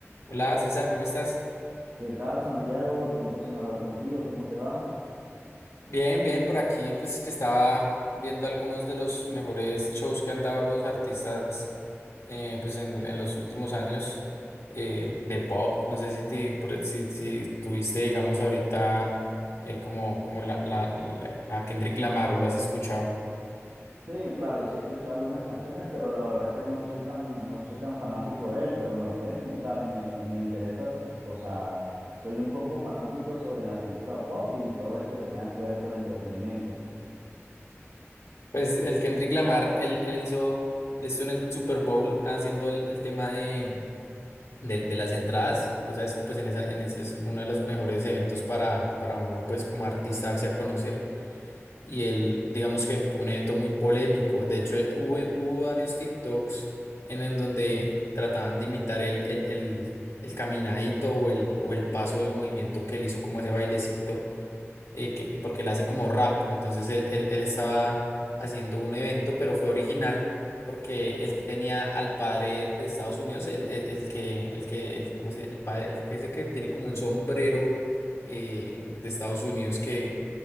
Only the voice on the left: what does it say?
Hola César, ¿cómo estás?
Bien, bien, por aquí pues que estaba viendo algunos de los mejores shows que han dado los artistas eh, pues en, en los últimos años eh, de pop. No sé si, te, por- e, si, si tuviste, digamos, ahorita eh, como, como la, la- la- a Kendrick Lamar o lo has escuchado.
Pues el Kendrick Lamar, él, él hizo, él estuvo en el Super Bowl haciendo el, el tema de de, de las entradas, tú sabes que pues en esa, en ese es uno de los mejores eventos para, para uno pues como artistarse a conocer y él digamos que tuvo un evento muy polémico, de hecho eh, hubo, hubo varios TikToks en, en donde trataban de imitar el, el, el, el caminadito o el, o el paso del movimiento que él hizo como ese bailecito eh, que- porque él hace como rap, entonces él, él- él estaba haciendo un evento, pero fue original porque él tenía al padre de Estados Unidos, el, el- el que, el que, el, ¿cómo se- dice? el padre, el que ese que tiene como un sombrero eh, de Estados Unidos que,